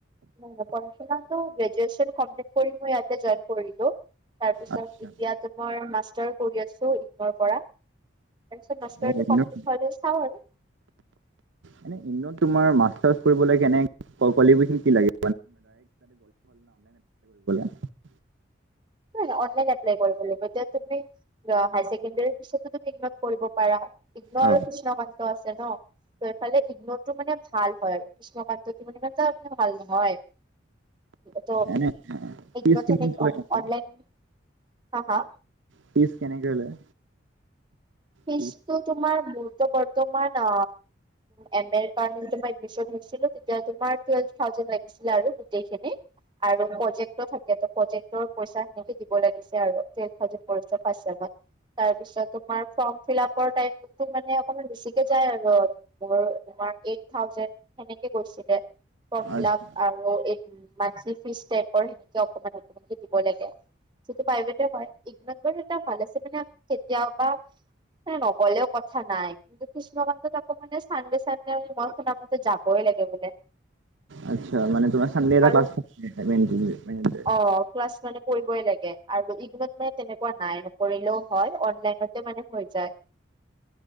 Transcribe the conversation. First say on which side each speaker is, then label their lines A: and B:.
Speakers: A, on the right; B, on the right.
A: নাই নাই পঢ়া শুনাটো গ্ৰেজুৱেচন কমপ্লিট কৰি মই ইয়াতে জইন কৰিলো। তাৰ পিছত
B: আচ্ছা
A: এতিয়াতো মই মাষ্টাৰ কৰি আছো ইগ পৰা। তাৰপিছত মাষ্টাৰটো
B: অ ইগনট
A: কমপ্লিট হলে চাওঁ আৰু।
B: এনে ইগনট তোমাৰ মাষ্টাৰ্চ কৰিবলৈ কেনে কুৱালিফিচন কি লাগে <unintelligible>
A: <unintelligible> অনলাইন এপ্লাই কৰিব লাগিব এতিয়া তুমি ধৰা হায়াৰ ছেকেণ্ডাৰী পিছতো তুমি কৰিব পাৰা ইগ্ন
B: অ
A: আৰু কৃষ্ণকান্ত আছে ন। ত এইফালে ইগ্নটো মানে ভাল হয় আৰু কৃষ্ণকান্তটো মানে ইমান ভাল নহয়। ত
B: এনে
A: এই
B: ফিজ
A: মথ
B: কেনেকে লয় ইহঁতে?
A: অনলাইন হা হা
B: ফিছ কেনেক লয়?
A: ফিষ্টো
B: ফিজ
A: তোমাৰ মোৰটো বৰ্তমান অ এম এৰ কাৰণে মই এডমিন হৈছিলো তেতিয়া তোমাৰ টৱেলভে থাউজেণ্ড লাগিছিলে আৰু গোটেইখিনি। আৰু প্ৰজেকট থাক প্ৰজেক্টৰ পইচা সেনেকে দিব লাগিছে আৰু পাঁচত। তাৰ পিছত তোমাৰ ফৰ্ম ফিলাপৰ টাইমত এ মানে অকমান বেছিকে যায় আৰু তোমাৰ এইট থাউজেণ্ড সেনেকে গৈছিলে ফৰ্ম ফিল
B: আচ্ছা
A: আপ আৰু উ মান ফিচ টাইপৰ হেনেকে অকমান অকমানকে দিব লাগে। যিটো প্ৰাইভেট হয় ই এটা ভাল আছে মানে কেতিয়াবা। <inaudible> নগলেও কথা নাই, <unintelligible> কই লাগে বোলে।
B: আচ্ছা মানে তোমাৰ চানডে এটা
A: আৰু
B: ক্লাছ
A: অ
B: <inaudible>
A: ক্লাছ মানে কৰিবই লাগে আৰু যদি মানে তেনেকুৱা নাই নকৰিলেও হয় অনলাইনতে মানে হৈ যায়।